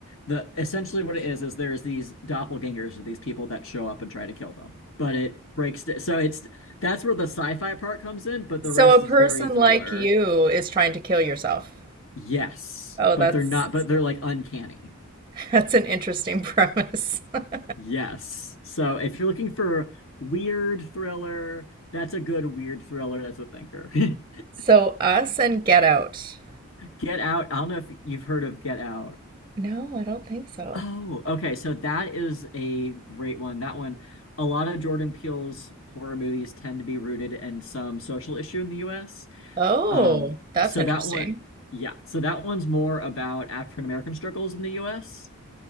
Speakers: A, on the left (about 65°); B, on the right (about 20°).
A: the essentially what it is is there's these doppelgangers or these people that show up and try to kill them but it breaks so it's that's where the sci-fi part comes in but the
B: So
A: rest
B: a person
A: is very thriller
B: like you is trying to kill yourself.
A: yes
B: Oh,
A: but
B: that's
A: they're not but they're like uncanny
B: <laughs> that's an interesting premise. <laughs>
A: yes so if you're looking for weird thriller that's a good weird thriller that's a thinker <laughs>
B: So us and Get Out.
A: get out i don't know if you've heard of get out
B: No, I don't think so.
A: Oh, okay. So that is a great one. That one, a lot of Jordan Peele's horror movies tend to be rooted in some social issue in the US.
B: Oh,
A: Um,
B: that's
A: so
B: interesting.
A: that one, yeah. So that one's more about African American struggles in the US.